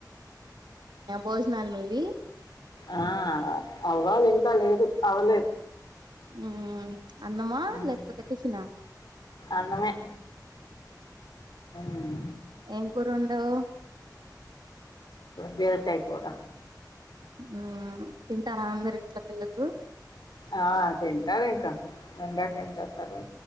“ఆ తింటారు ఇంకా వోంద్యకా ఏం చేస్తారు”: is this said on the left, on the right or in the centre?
Left